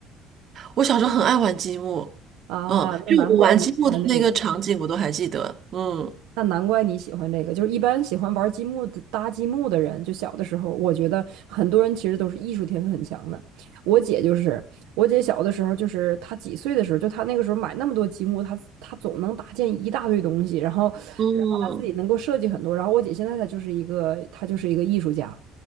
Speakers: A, on the right; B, on the right.
A: 我小时候很爱玩积木，
B: 啊，
A: 嗯，
B: 那难怪你喜欢这个。
A: 就我玩积木的那个场景我都还记得，嗯。
B: 那难怪你喜欢这个，就是一般喜欢玩积木的、搭积木的人，就小的时候，我觉得很多人其实都是艺术天分很强的。我姐就是，我姐小的时候，就是她几岁的时候，就她那个时候买那么多积木，她她总能搭建一大堆东西，然后，
A: 嗯，
B: 然后她自己能够设计很多。然后我姐现在她就是一个，她就是一个艺术家。